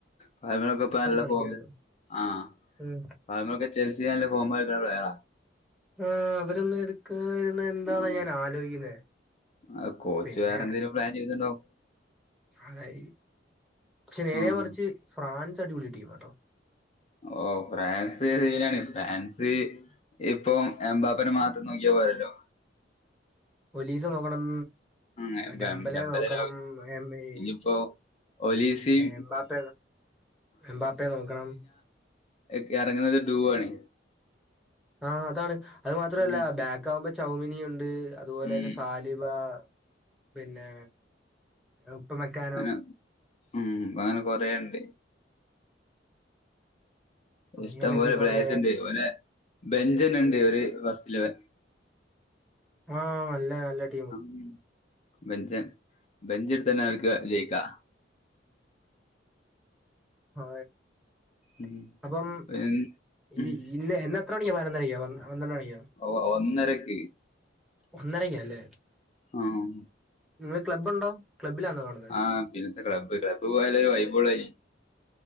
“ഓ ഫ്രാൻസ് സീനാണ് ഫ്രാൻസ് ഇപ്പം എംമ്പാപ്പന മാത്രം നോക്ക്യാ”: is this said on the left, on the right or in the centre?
Left